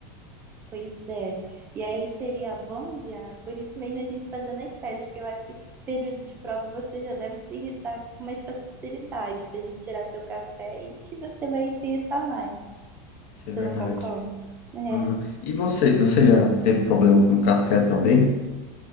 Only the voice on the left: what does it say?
Isso
é verdade.
Uhum. E você, você já teve problema com café também?